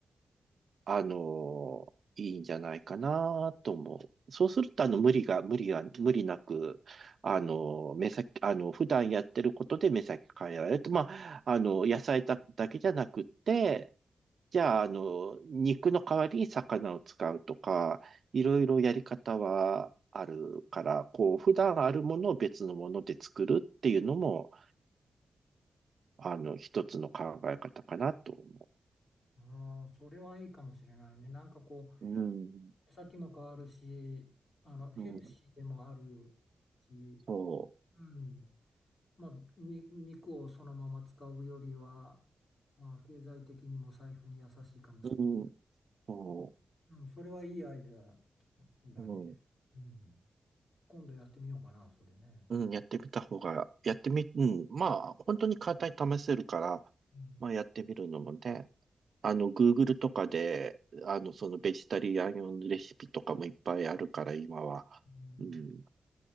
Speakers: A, on the right; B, on the left.
A: あの、いいんじゃないかなと思う。そうすると、あの、無理が、無理が、無理なく、あの、目先、あの、普段やってることで目先変えられると、まあ、あの、野菜だ、だけじゃなくって、じゃあ、あの、肉の代わりに魚を使うとか、いろいろやり方はあるから、こう、普段あるものを別のもので作るっていうのも、あの、一つの考え方かなと思
B: ああ、それはいいかもしれないね。なんかこ
A: う。うん、
B: う、先も変わるし、あの、ヘルシーでもあるし、
A: うん、そ
B: うん、まあ、に肉をそのまま使うよりは、まあ、経済的にも財布に優しいかもしれない。
A: う。うんそ
B: うん、それはいいアイデアだね。
A: う、うん、
B: うん、今度やってみようかな、それね。
A: うん、やってみた方が、やってみ、うん、まあ、本当に簡単に試せるから、
B: うん、
A: まあ、やってみるのもね、あの、Google とかで、あの、そのベジタリアン用のレシピとかもいっぱいあるから、今は。
B: うん
A: うん、